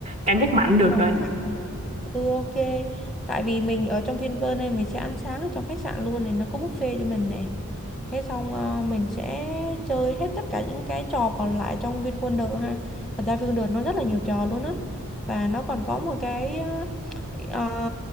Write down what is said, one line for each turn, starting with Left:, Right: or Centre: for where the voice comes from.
Right: cảm giác mạnh được
Centre: Làm
Right: rồi.
Centre: cũng Ừ ok Tại vì mình ở trong Vinpearl này Mình sẽ ăn sáng ở trong khách sạn luôn này Nó có buffet cho mình này Cái xong ờ, mình sẽ chơi hết tất cả những cái trò còn lại trong VinWonder ha Thật ra VinWonder nó rất là nhiều trò luôn á Và nó còn có một cái ờ, ờ,